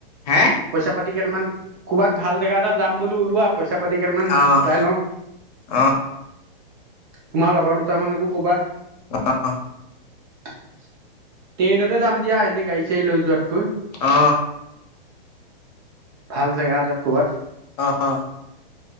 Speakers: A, on the left; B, on the right.
A: হে
B: পইচা পাতি কেইটামান, কৰ'বাত ভাল জাগা এটাত যাম বোলো ওলোৱা, পইচা পাতি কেইটান
A: অ',
B: গোটাই লওঁ।
A: অ',
B: তোমাৰ লগৰ দুটামানকো কবা।
A: অ,
B: ট্ৰেইনতে যাম দিয়া, এনে গাড়ী-চাড়ী লৈ যোৱাতকৈ।
A: অ,
B: ভাল জেগা এটাত, ক'বাত।
A: অ, অ,